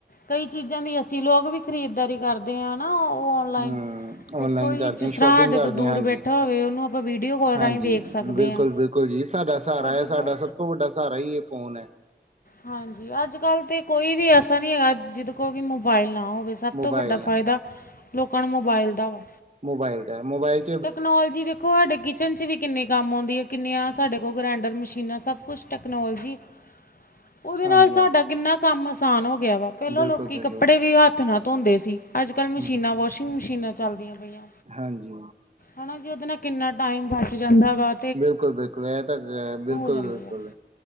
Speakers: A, on the left; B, on the right.
A: ਕਈ ਚੀਜ਼ਾਂ ਦੀ ਅਸੀਂ ਲੋਕ ਵੀ ਖਰੀਦਦਾਰੀ ਕਰਦੇ ਹਾਂ ਨਾ ਉਹ ਔਨਲਾਈਨ
B: ਹਮ ਔਨਲਾਈਨ
A: ਤੇ ਕੋਈ
B: ਕਰਦੇ
A: ਜਿਸ
B: ਸ਼ੋਪਿੰਗ
A: ਤਰ੍ਹਾਂ ਸਾਡੇ
B: ਕਰਦੇ
A: ਤੋਂ ਦੂਰ
B: ਹਾਂਜੀ-
A: ਬੈਠਾ
B: ਹਾਂਜੀ-
A: ਹੋਵੇ ਉਹਨੂੰ ਆਪਾਂ ਵੀਡੀਓ ਕਾਲ
B: ਹਾਂਜੀ,
A: ਰਾਹੀਂ ਵੇਖ ਸਕਦੇ
B: ਬਿਲਕੁਲ-
A: ਹਾਂ
B: ਬਿਲਕੁਲ ਜੀ ਸਾਡਾ ਸਹਾਰਾ
A: ਉਹ ਵੀ
B: ਐ
A: ਬਹੁਤ
B: ਸਾਡਾ ਸਭ ਤੋ ਵੱਡਾ ਸਹਾਰਾ ਇ ਏਹ ਫੋਨ ਐ।
A: ਹਾਂਜੀ ਅੱਜ ਕੱਲ੍ਹ ਤੇ ਕੋਈ ਵੀ ਐਸਾ ਨੀ ਹੈਗਾ ਜਿਦ ਕੋਲ ਵੀ ਮੋਬਾਈਲ ਨਾ ਹੋਵੇ। ਸਭ
B: ਮੋਬਾਇਲ
A: ਤੋਂ ਵੱਡਾ ਫਾਇਦਾ ਲੋਕਾਂ ਨੂੰ ਮੋਬਾਇਲ ਦਾ ਵਾ।
B: ਮੋਬਾਈਲ ਦੇ ਮੋਬਾਈਲ
A: ਟੈਕਨੋਲਜੀ ਵੇਖੋ ਸਾਡੇ ਕੀ ਚਨ 'ਚ ਵੀ ਕਿੰਨੀ ਕੰਮ ਆਉਂਦੀ ਹੈ ਕਿੰਨੀਆਂ ਸਾਡੇ ਕੋਲ ਗਰੈਂਡਰ ਮਸ਼ੀਨਾਂ ਸਭ ਕੁਛ ਟੈਕਨੋਲਜੀ।
B: <inaudible>
A: ਓਦੇ ਨਾਲ ਸਾਡਾ
B: ਹਾਂਜੀ
A: ਕਿੰਨਾ ਕੰਮ ਆਸਾਨ ਹੋ ਗਿਆ ਵਾ ਪਹਿਲਾਂ
B: ਬਿਲਕੁਲ
A: ਲੋਕੀ
B: ਬਿਲਕੁਲ
A: ਕੱਪੜੇ ਵੀ ਹੱਥ ਨਾਲ ਧੋਂਦੇ ਸੀ। ਅੱਜ ਕੱਲ੍ਹ ਮਸ਼ੀਨਾਂ
B: ਹ
A: ਵਾਸ਼ਿੰਗ ਮਸ਼ੀਨਾਂ ਚੱਲਦੀਆਂ ਪਈਆਂ।
B: ਹਾਂਜੀ।
A: ਹਨਾ ਜੀ ਓਦੇ ਨਾਲ ਕਿੰਨਾ ਟਾਈਮ ਬਚ ਜਾਂਦਾ ਗਾ।
B: ਬਿਲਕੁਲ-ਬਿਲਕੁਲ ਇਹ ਤਾਂ ਗ ਬਿਲਕੁਲ-ਬਿਲਕੁਲ।
A: ਜਾਂਦੇ ਆ